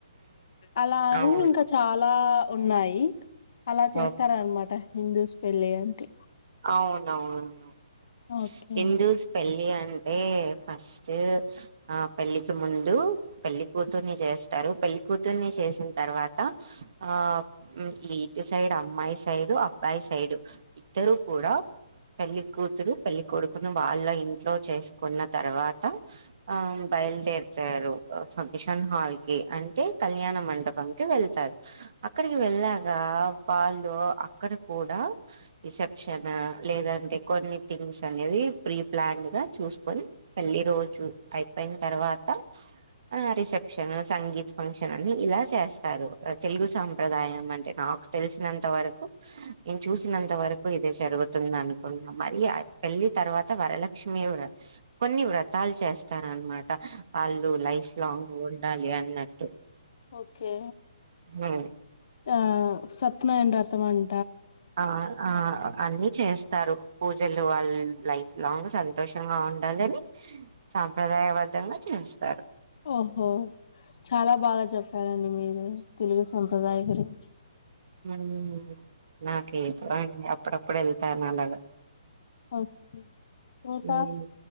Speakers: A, on the left (about 50°); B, on the right (about 50°).
A: అలా అయి
B: అవును
A: ఇంకా చాలా లా ఉన్నాయి అలా చేస్తార
B: ఓకే
A: అనమాట హిందూస్ పెళ్ళి అంటే
B: అవునవును
A: ఓకే
B: హిందూస్ పెళ్ళి అంటే ఫస్ట్ ఆ పెళ్లికి ముందు పెళ్లి కూతుర్ని జేస్తారు పెళ్లి కూతుర్ని చే చేసిన తర్వాత ఆ ఈ ఇటు సైడు అమ్మాయి సైడు అబ్బాయి సైడు ఇద్దరు కూడా పెళ్లికూతురు పెళ్లికొడుకును వాళ్ళ ఇంట్లో చేసుకున్న తర్వాత ఆ బయలుదేరతారు ఫంక్షన్ హాల్ కి అంటే కళ్యాణ మండపం కి వెళ్తారు అక్కడికి వెళ్ళాగా వాళ్ళు అక్కడ కూడా రిసెప్షన్ లేదంటే కొన్ని థింగ్స్ అనేవి ప్రీ ప్లాన్డ్ గా చూసుకొని పెళ్ళి రోజు అయిపోయిన తర్వాత ఆ రిసెప్షన్ సంగీత్ ఫంక్షన్ అని ఇలా చేస్తారు తెలుగు సాంప్రదాయం అంటే నా నాకు తెలిసినంత వరకు నేను చూసినంత వరకు ఇదే జరుగుతుంది అనుకున్నా మళ్ళీ పెళ్లి తర్వాత వరలక్ష్మి వ్రతం కొన్ని వ్రతాలు చేస్తారనమాట వాళ్ళు లైఫ్ లాంగ్ ఉండాలి అన్నట్టు.
A: ఓకే
B: హ్మ్
A: ఆ సత్యనారాయణ రతమన్
B: ఆ ఆ అన్ని చేస్తారు పూజలు వాళ్ లైఫ్ లాంగ్ సంతోషంగా ఉండాలని సాంప్రదాయబద్దంగా చేస్త్
A: ఓహో చాలా బాగా చెప్పారండి మీర్ ఉ తెలుగు సాంప్రదాయలా గురించి
B: ఉ నాకేటో అండి అప్పుడప్పుడు వెళ్తాను అలాగా.
A: ఓకే ఇంకా
B: హ్మ్